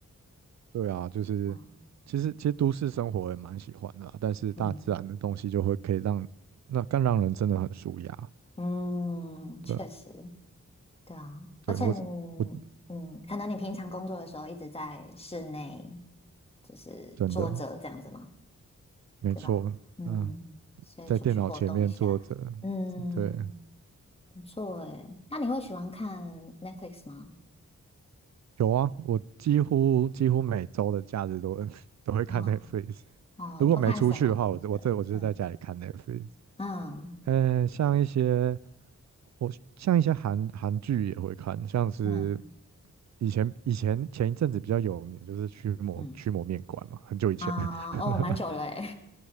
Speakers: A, on the right; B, on the left.
A: 对啊，就是其实其实都市生活也蛮喜欢的啦但是大自然的东西就会可以让那更让人真的很舒压。
B: 对啊，嗯嗯，
A: 对
B: 确实，对啊。
A: 对，
B: 而且你，
A: 我是我
B: 嗯，可能你平常工作的时候一直在室内，就是坐着这样子嘛，
A: 真的没错，
B: 对吧？嗯，
A: 嗯，
B: 所以出去活动一下，
A: 在电脑前面坐着，
B: 嗯，
A: 对，
B: 不错诶。那你会喜欢看 Netflix 吗？
A: 有啊，我几乎几乎每周的假日都会 <laughs> 都会看
B: 哦
A: Netflix。
B: 哦，
A: 如果没出去的话，
B: 你都看什么样的？
A: 我就我这我就是在家里看
B: 嗯
A: Netflix。
B: 嗯
A: 呃，像一些我像一些韩韩剧也会看，像是
B: 嗯
A: 以前以前前一阵子比较有名，就是驱魔驱魔面馆嘛，
B: 嗯
A: 很久以前。
B: 啊，
A: <laughs>
B: 哦，蛮久了诶，